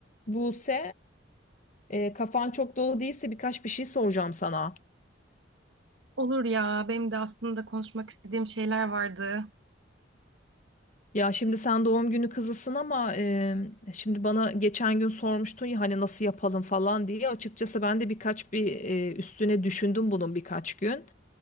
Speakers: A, on the left (about 40°); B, on the right (about 70°).
A: Buse, e, kafan çok dolu değilse birkaç bir şey soracağım sana.
B: Olur ya, benim de aslında konuşmak istediğim şeyler vardı.
A: Ya şimdi sen doğum günü kızısın ama e, şimdi bana geçen gün sormuştun ya hani nasıl yapalım falan diye. Açıkçası ben de birkaç bir e, üstüne düşündüm bunun birkaç gün